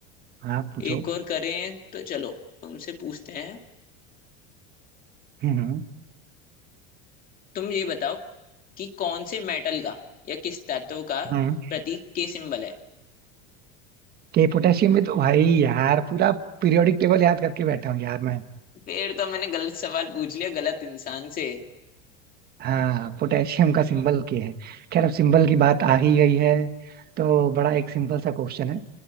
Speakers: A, on the right; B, on the left.
A: आप पूछो
B: एक और करें तो चलो तुमसे पूछते हैं
A: हम्म
B: तुम ये बताओ कि कौन से मेटल का या किस तत्व का
A: हम्म
B: प्रतीक के सिंबल है
A: के पोटेशियम में तो भाई यार पूरा पीरियोडिक टेबल याद करके बैठा हूँ यार मैं
B: फिर तो मैंने गलत सवाल पूछ लिया गलत इंसान से
A: हाँ पोटेशियम का सिंबल क्या है खैर अब सिंबल की बात आ ही गई है तो बड़ा एक सिंपल सा क्वेश्चन है